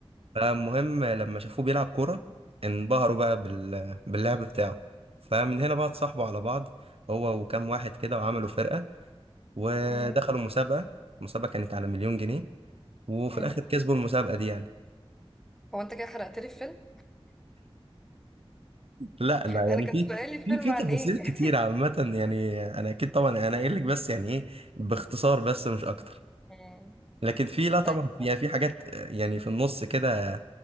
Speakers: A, on the right; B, in the centre.
A: فالمهم لما شافوه بيلعب كورة انبهروا بقى بال... باللعب بتاعه فمن هنا بقى اتصاحبوا على بعض هو وكام واحد كده وعملوا فرقة ودخلوا
B: مم.
A: مسابقة المسابقة كانت على مليون جنيه وفي
B: مم.
A: الاخر كسبوا المسابقة دي يعني
B: هو انت كده حرقت لي الفيلم
A: لا لا
B: انا
A: يعني
B: كان
A: في
B: سؤالي الفيلم
A: في في
B: عن
A: تفاصيل
B: ايه
A: كتير
B: <laughs>
A: عامة يعني انا اكيد طبعا انا قايل لك بس يعني ايه باختصار بس مش اكتر
B: مم.
A: لكن في لا طبعا
B: طيب
A: في يعني في حاجات آه، يعني في النص كده